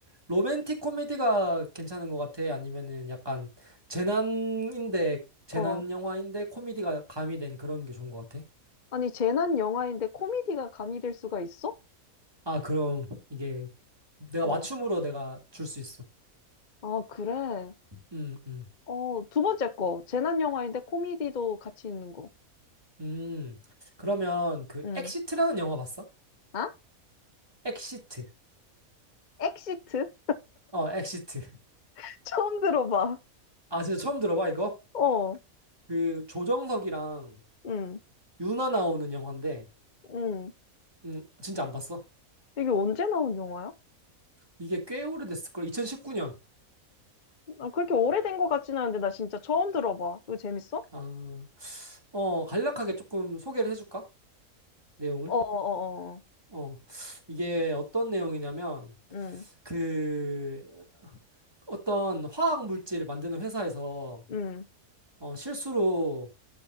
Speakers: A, on the right (about 15°); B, on the left (about 40°).
A: 로맨틱 코미디가 괜찮은 것 같아? 아니면은 약간 재난인데, 재난
B: 어.
A: 영화인데 코미디가 가미된 그런 게 좋은 것 같아?
B: 아니, 재난 영화인데 코미디가 가미될 수가 있어?
A: 아, 그럼 이게 내가
B: 응.
A: 맞춤으로 내가 줄 수 있어.
B: 아, 그래.
A: 음, 음,
B: 어, 두 번째 거. 재난 영화인데 코미디도 같이 있는 거.
A: 음. 그러면 그
B: 응.
A: 엑시트라는 영화 봤어?
B: 아?
A: 엑시트.
B: 엑시트?
A: 어, 엑시트.
B: <laughs> 처음 들어봐.
A: 아, 진짜 처음 들어봐, 이거?
B: 어.
A: 그 조정석이랑
B: 응.
A: 윤아 나오는 영화인데,
B: 응.
A: 음, 진짜 안 봤어?
B: 이게 언제 나온 영화야?
A: 이게 꽤 오래됐을걸? 2019년.
B: 아, 그렇게 오래된 것 같진 않은데 나 진짜 처음 들어봐. 이거 재밌어?
A: 아, 어, 간략하게 조금 소개를 해줄까? 내용을.
B: 어, 어, 어. 어.
A: 어, 이게 어떤 내용이냐면,
B: 응.
A: 그 어떤 화학 물질을 만드는 회사에서
B: 응.
A: 어, 실수로